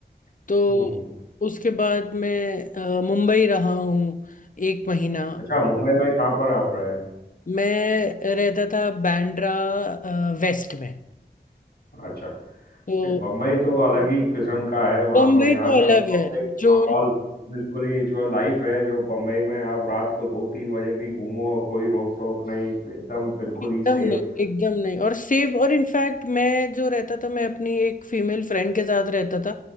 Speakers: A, on the left; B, on the left.
A: तो
B: हुँ, हुँ।
A: उसके बाद मैं अ, मुंबई रहा हूँ एक महीना
B: अच्छा मुंबई में कहाँ पर आप रहे हैं
A: मैं रहता था बांद्रा अ, वेस्ट में
B: अच्छा नहीं,
A: तो
B: बम्बई तो अलग ही किस्म का है वहाँ
A: मुंबई
B: पर यहाँ
A: तो
B: का
A: अलग
B: बम्बई
A: है
B: का
A: जो
B: माहौल बिल्कुल ही जो लाइफ है जो बम्बई में आप रात को दो तीन बजे भी घूमो कोई रोक टोक नहीं एकदम बिल्कुल
A: एकदम
B: ही सेफ
A: नहीं एकदम नहीं और सेफ और इनफैक्ट मैं जो रहता था मैं अपनी एक फीमेल फ्रेंड के साथ रहता था